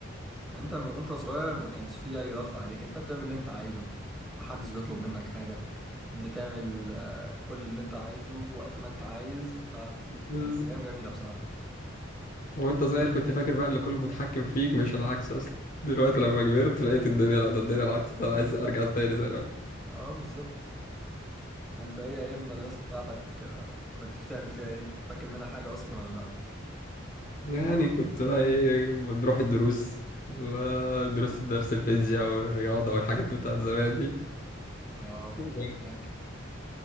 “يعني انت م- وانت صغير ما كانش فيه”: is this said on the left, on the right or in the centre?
Centre